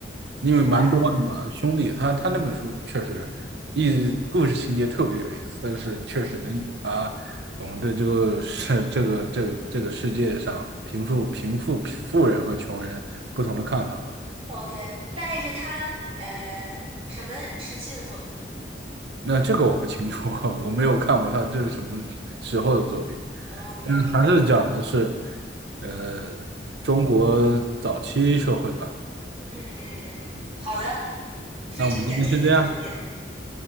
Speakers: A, on the right; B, on the right.
A: 因为蛮多的嘛，
B: 是吧
A: 《兄弟》他他那本书确实一故事情节特别有意思，但是确实能引发我们对这个世这个这个这个世界上贫富贫富富人和穷人不同的看法吧。
B: ？OK，大概是他呃什么时期的作品
A: 那这个我不清楚，<laughs> 我没有看过他这是什么时候的作品，
B: 啊？OK，
A: 但是还是讲的是，
B: 可以，
A: 呃，中国早期社会吧。
B: 嗯嗯嗯，好的，非常感谢你的推荐，
A: 那我们今天先这样